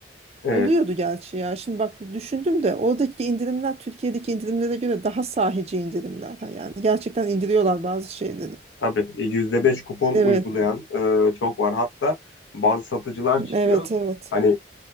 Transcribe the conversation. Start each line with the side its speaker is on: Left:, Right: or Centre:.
Left: Evet,
Right: Oluyordu gerçi ya. Şimdi bak düşündüm de oradaki indirimler Türkiye'deki indirimlere göre daha sahici indirimler. Ha Yani gerçekten indiriyorlar bazı şeyleri.
Left: tabii E, yüzde beş kupon
Right: Evet,
Left: uygulayan e, çok var. Hatta bazı satıcılar çıkıyor.
Right: evet, evet.
Left: Hani